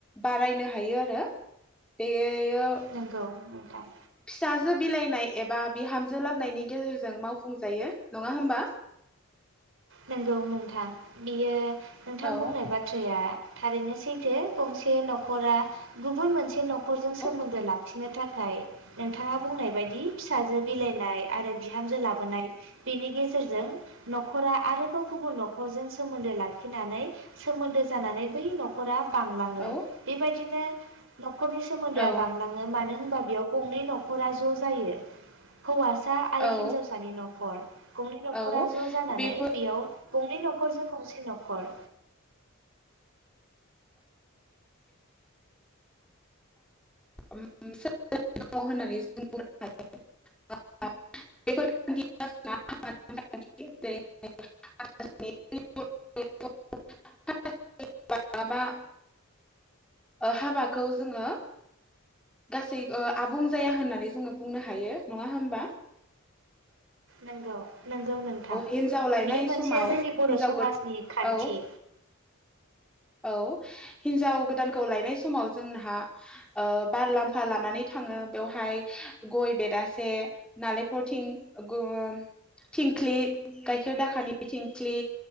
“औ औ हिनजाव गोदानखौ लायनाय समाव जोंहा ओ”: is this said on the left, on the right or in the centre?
Centre